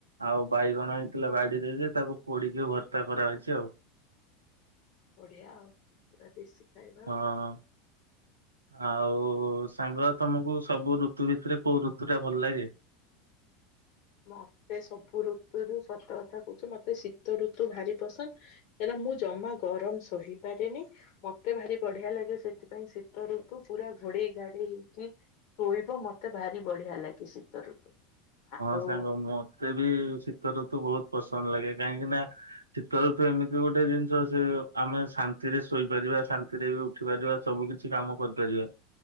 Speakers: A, on the right; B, on the left.
A: ଆଉ ବାଇଗଣ ହେଇଥିଲା ବାଡିରେ ତାକୁ ପୋଡିକି ଭର୍ତ୍ତା କରାହେଇଛି ଆଉ।
B: ବଢିଆ ଆଉ ପୁରା ଦେଶୀ ଖାଇବା
A: ହଁ।
B: ଆଉ।
A: ଆଉ ସାଙ୍ଗ ତମକୁ ସବୁ ଋତୁ ଭିତରେ କୋଉ ଋତୁ ଟା ଭଲ ଲାଗେ।
B: ମତେ ସବୁ ଋତୁରୁ ସତ କଥା କହୁଛୁ ମତେ ଶୀତ ଋତୁ ଭାରି ପସନ୍ଦ କାଁକ ମୁଁ ଜମା ଗରମ ଶହିପାରେନି ମତେ ଭାରି ବଢିଆ ଲାଗେ ସେଥିପାଇଁ ଶୀତ ଋତୁ ପୁରା ଘୋଡେଇ ଘାଡେଇ ହେଇକି ଶୋଇବ ମତେ ଭାରି ବଢିଆ ଲାଗେ ଶୀତ ଋତୁ। ଆଉ
A: ହଁ ସାଙ୍ଗ ମତେ ବି ଶୀତଋତୁ ତ ବହୁତ ପସନ୍ଦ ଲାଗେ କାହିଁକି ନା ଚୀିତରେ ତ ଏମିତି ଗୋଟେ ଜିନିଷ ସେ ଆମେ ଶା ଶାନ୍ତି ରେ ଶୋଇପାରିବା ଶାନ୍ତିରେ ବି ଶଖିପାରିବା ସବୁ କିଛି କାମ କରିପାରିବା